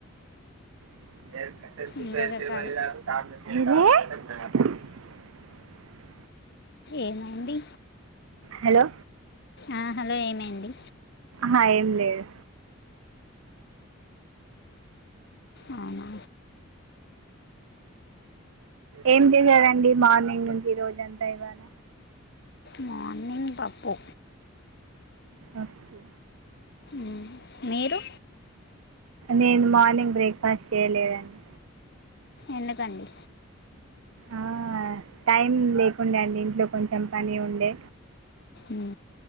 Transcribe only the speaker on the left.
ఇంకా చెప్పాలి
ఏమైంది
ఆ హలో ఏమైంది?
అవునా!
మార్నింగ్ పప్పు.
మ్ మీరు?
ఎందుకండి?
మ్